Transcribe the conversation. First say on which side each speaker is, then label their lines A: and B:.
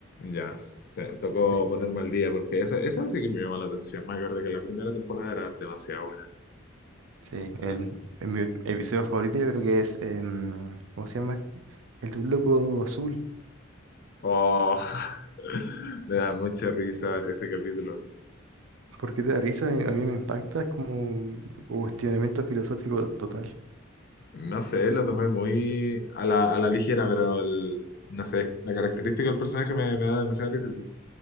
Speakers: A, on the left (about 50°); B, on the right (about 75°).
A: Ya, te- tocó
B: Sí,
A: ponerme
B: sí, sí.
A: al día porque esa, esa sí que me llama la atención. Me acuerdo que la primera temporada era demasiado buena.
B: Sí, el- el- mi episodio favorito yo creo que es, em, ¿cómo se llama? El de un loco azul.
A: Oh, <laughs> me da mucha risa ese capítulo.
B: Porque te da risa, a mí a mí me impacta, es como un cuestionamiento filosófico total.
A: No sé, lo tomé muy a la, a la ligera, pero el- no sé, la característica del personaje me, me da demasiada risa, sí.